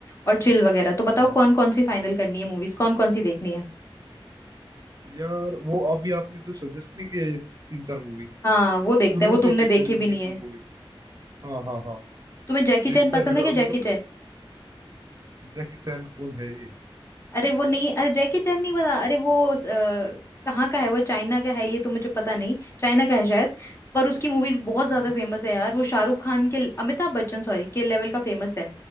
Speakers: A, on the left; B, on the right.
A: और चिल वगैरह तो बताओ
B: हाँ हाँ
A: कौन
B: हाँ।
A: कौन सी फाइनल करनी है मूवीज कौन कौन सी देखनी है
B: यार वो अभी आपने जो सजेस्ट नहीं किया ये तीन चार मूवी
A: हाँ वो देखते
B: उनमें
A: हैं वो
B: से
A: तुमने
B: एक देख
A: देखी भी नहीं
B: लें कोई
A: है
B: मूवी हाँ हाँ हाँ
A: तुम्हें जैकी
B: देखते
A: चैन पसंद
B: हैं फिर
A: है क्या
B: मतलब
A: जैकी
B: जैकी चैन कौन है ये
A: अरे वो नहीं अरे जैकी चैन नहीं पता अरे वो अ, कहाँ का है वो चाइना का है ये तो मुझे पता नहीं चाइना का है शायद पर उसकी
B: हाँ,
A: मूवीज बहुत ज्यादा
B: हम्म
A: फेमस है यार वो शाहरुख खान के अमिताभ बच्चन सॉरी के लेवल का फेमस है